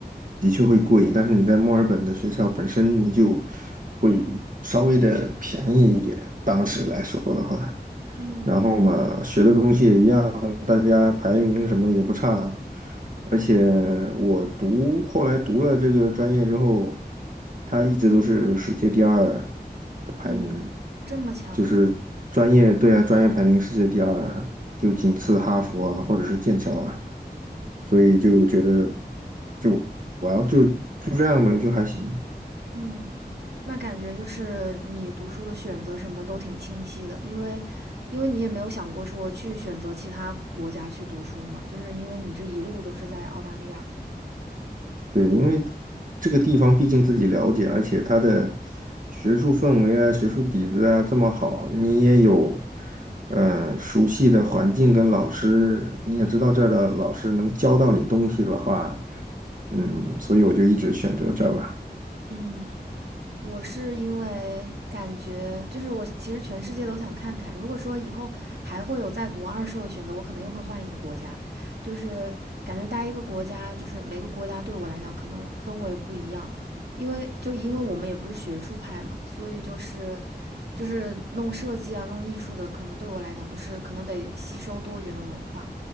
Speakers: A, on the right; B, on the right.
A: 的确会贵，但是你在墨尔本的学校本身你就会稍微的便宜一点，当时来说的话。
B: 嗯
A: 然后嘛，学的东西也一样，大家排名什么也不差，而且我读，后来读了这个专业之后，它一直都是世界第二的排名，
B: 嗯，这么强，
A: 就是专业，对啊，专业排名世界第二，就仅次哈佛啊，或者是剑桥啊，所以就觉得就我要就就这样吧，就还行。
B: 嗯，那感觉就是你读书的选择什么都挺清晰的，因为因为你也没有想过说去选择其他国家去读书嘛，就是因为你这一路都是在澳大利亚。
A: 对，因为这个地方毕竟自己了解，而且它的学术氛围啊、学术底子啊这么好，你也有呃熟悉的环境跟老师，你也知道这儿的老师能教到你东西的话，嗯，所以我就一直选择这儿吧。
B: 嗯我是因为感觉就是我其实全世界都想看看，如果说以后还会有再读二硕的选择，我可能又会换一个国家。就是感觉待一个国家，就是每个国家对我来讲可能氛围不一样，因为就因为我们也不是学术派嘛，所以就是就是弄设计啊、弄艺术的，可能对我来讲就是可能得吸收多元的文化。